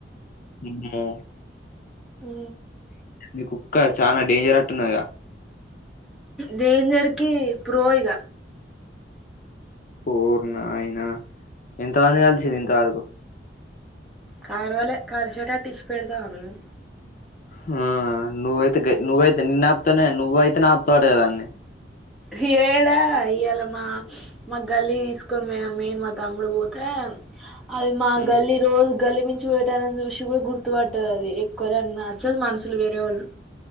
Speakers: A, on the left; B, in the centre.
A: అమ్మో
B: ఉ
A: మీ కుక్క చానా డేంజర్ అట్టున్నదిగా
B: డేంజర్ కీ ప్రో ఇగ
A: ఓర్ నాయన ఎంతమంది గలిసింది ఇంతవరకు
B: కరువలే కరిసేటట్టు ఇస్ పెడతామా మేము
A: హా నువ్వైతే గ నువ్వైతే నిన్ను ఆప్తేనే నువ్వైతెనే ఆప్తావ్ అటగా దాన్ని
B: హేడా ఇయ్యాళ మా మా గల్లీ దీసుకొని వొయినం మేం మా తమ్ముడు వోతే అది మా
A: ఉమ్
B: గల్లి రోజు గల్లి నుంచి వొయేటోళ్ళన్ని చూసి కూడా గుర్తువట్టదది ఎక్కువర నచ్చద్ మనుషులు వేరే వాళ్ళు